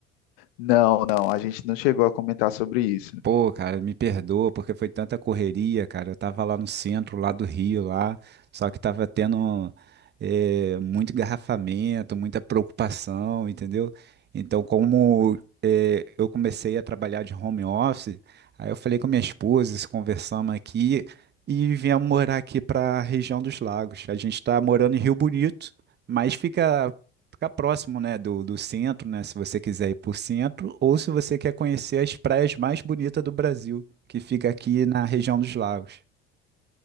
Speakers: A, on the left (about 65°); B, on the right (about 35°).
A: Não, não, a gente não chegou a comentar sobre isso.
B: Pô, cara, me perdoa porque foi tanta correria, cara. Eu tava lá no centro, lá do Rio, lá, só que tava tendo eh, muito engarrafamento, muita preocupação, entendeu? Então, como eh, eu comecei a trabalhar de home office, aí eu falei com minha esposa, se conversamos aqui e viemos morar aqui pra região dos lagos. A gente tá morando em Rio Bonito, mas fica ficar próximo, né, do, do centro, né, se você quiser ir por centro, ou se você quer conhecer as praias mais bonitas do Brasil, que fica aqui na região dos lagos.